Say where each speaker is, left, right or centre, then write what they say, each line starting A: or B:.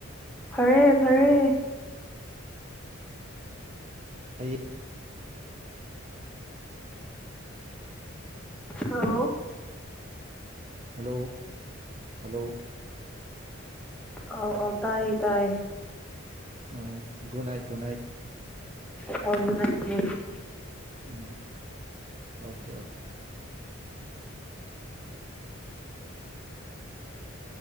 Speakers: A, in the centre; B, on the right.
A: ꯐꯔꯦ ꯐꯔꯦ
B: ꯍꯌꯦꯡ
A: ꯍꯜꯂꯣ
B: ꯍꯜꯂꯣ ꯍꯜꯂꯣ
A: ꯑꯧ ꯑꯧ ꯇꯥꯏꯌꯦ ꯇꯥꯏꯌꯦ
B: ꯑꯣ ꯒꯨꯗ ꯅꯥꯏꯠ ꯒꯨꯗ ꯅꯥꯏꯠ
A: ꯇꯝꯕ <unintelligible>
B: ꯎꯝ ꯑꯣꯀꯦ ꯑꯣꯀꯦ